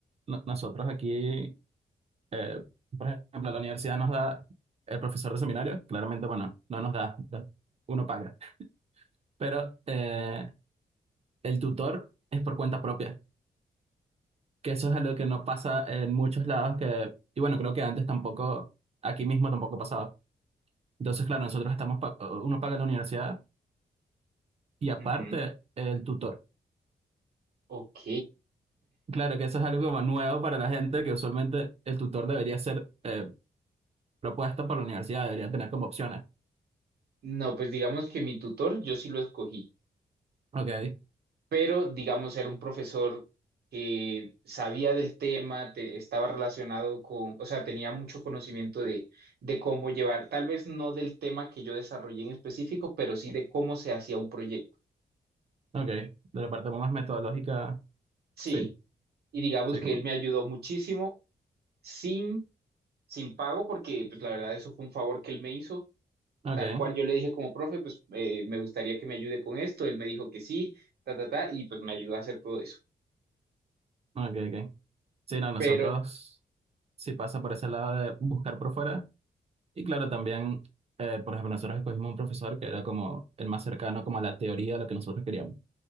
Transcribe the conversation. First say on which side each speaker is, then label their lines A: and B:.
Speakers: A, on the right (about 40°); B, on the right (about 85°).
A: no- nosotros aquí, eh, por ejemplo, la universidad nos da el profesor de seminario, claramente, bueno, no nos da, uno paga, pero eh, el tutor es por cuenta propia. que eso es algo que no pasa en muchos lados que, y bueno, creo que antes tampoco, aquí mismo tampoco pasaba. Entonces, claro, nosotros estamos, pa- uno paga la universidad y aparte
B: ujú,
A: el tutor.
B: ok,
A: Claro que eso es algo como nuevo para la gente, que usualmente el tutor debería ser eh, propuesto por la universidad, debería tener como opciones.
B: no, pues digamos que mi tutor yo sí lo escogí,
A: Ok,
B: pero digamos era un profesor que sabía del tema, te- estaba relacionado con, o sea, tenía mucho conocimiento de, de cómo llevar, tal vez no del tema que yo desarrollé en específico, pero sí de cómo se hacía un proyecto.
A: ok. De la parte más metodológica,
B: Sí,
A: sí,
B: y digamos
A: sí,
B: que
A: como.
B: él me ayudó muchísimo sin, sin pago, porque pues la verdad eso fue un favor que él me hizo,
A: Ok,
B: tal cual yo le dije como profe, pues eh, me gustaría que me ayude con esto, él me dijo que sí, ta, ta, ta, y pues me ayudó a hacer todo eso.
A: ok, ok. Sí, no, nosotros,
B: Pero
A: sí pasa por ese lado de buscar por fuera. Y claro, también, eh, por ejemplo, nosotros escogimos un profesor que era como el más cercano como a la teoría de lo que nosotros queríamos.